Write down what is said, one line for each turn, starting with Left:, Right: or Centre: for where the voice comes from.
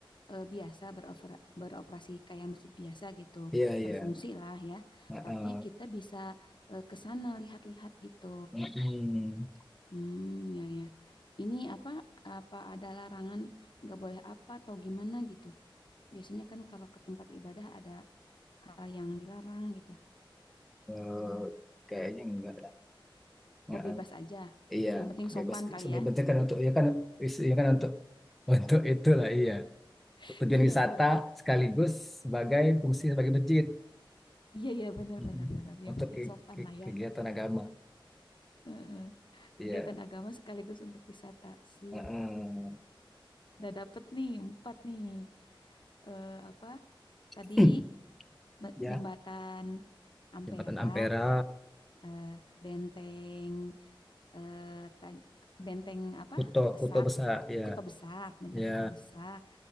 Left: eh, biasa berover- beroperasi kayak masjid biasa gitu,
Centre: iya iya.
Left: berfungsi lah ya.
Centre: Ah,
Left: Tapi
Centre: ah.
Left: kita bisa eh, ke sana lihat-lihat gitu.
Centre: Mm-mm.
Left: Hmm, ya, ya. Ini apa? Apa ada larangan nggak boleh apa atau gimana gitu? Biasanya kan kalau ke tempat ibadah ada hal yang dilarang gitu.
Centre: Eh, kayaknya enggak.
Left: Oh,
Centre: lah.
Left: bebas aja.
Centre: Iya,
Left: Yang penting sopan
Centre: bebas
Left: kali
Centre: sebenarnya
Left: ya.
Centre: kan untuk ya kan isinya kan untuk untuk itulah iya.
Left: <laughs>
Centre: Untuk tujuan
Left: Iya,
Centre: wisata
Left: iya.
Centre: sekaligus sebagai fungsi sebagai masjid.
Left: Iya, iya, benar,
Centre: Mm-mm.
Left: benar, benar. Yang
Centre: Untuk
Left: penting
Centre: ke-
Left: sopan
Centre: ke-
Left: lah ya.
Centre: kegiatan agama.
Left: Heeh.
Centre: Iya.
Left: Kegiatan agama sekaligus untuk wisata. Sip.
Centre: Mm-mm.
Left: Udah dapet nih, empat nih. Eh, apa tadi
Centre: <clears throat>
Left: be-
Centre: Ya,
Left: jembatan Ampera,
Centre: Jembatan Ampera,
Left: eh, benteng, eh, taj- benteng apa?
Centre: Kuto
Left: Besak,
Centre: Kuto besar ya,
Left: Kuto Besak, benteng
Centre: ya
Left: Kuto Besak,